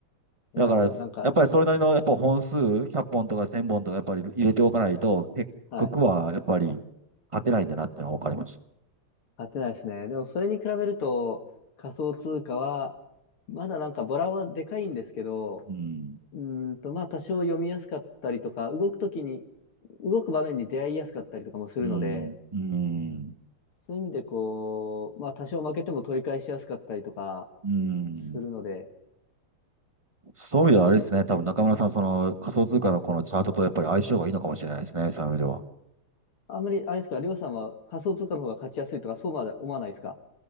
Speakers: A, on the left (about 75°); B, on the right (about 20°).
A: いやー、
B: だから、やっぱりそれなりの、
A: なんか、
B: やっぱ本数、100本とか1000本とか、やっぱり入れておかないと、結局は、
A: はい。
B: やっぱり、勝てないんだなってのはわかります。
A: 買ってないですね。でもそれに比べると仮想通貨はまだなんかボラはでかいんですけど、
B: うん。
A: うーんとまあ多少読みやすかったりとか、動くときに、動く場面に出会いやすかったりとかもするので、
B: うん。うん。
A: そういう意味でこう、まあ多少負けても取り返しやすかったりとか
B: うん。
A: するので、
B: そういう意味ではあれですね。多分中村さん、その仮想通貨のこのチャートとやっぱり相性がいいのかもしれないですね。そういう意味では。
A: あんまりあれですか、りょうさんは仮想通貨の方が勝ちやすいとかそうまで思わないですか